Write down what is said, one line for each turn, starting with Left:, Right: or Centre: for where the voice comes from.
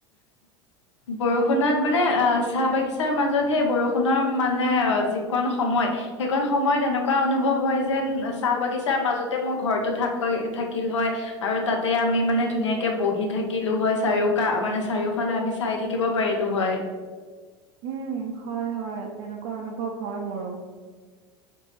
Left: বৰষুণত মানে আহ চাহ বাগিচাৰ মাজত সেই বৰষুণৰ মানে যিখনন সময় সেইকন সময়ত এনেকুৱা অনুভৱ হয়, যেন চাহ বাগিচাৰ মাজতে মোৰ ঘৰটো থাক থাকিল হয় আৰু তাতে আমি মানে ধুনীয়াকে বহি থাকিলো হয়, চাৰিওকা মানে চাৰিওফালে আমি চাই থাকিব পাৰিলো হয়।
Right: উম হয়-হয় তেনেকুৱা অনুভৱ হয় মোৰো।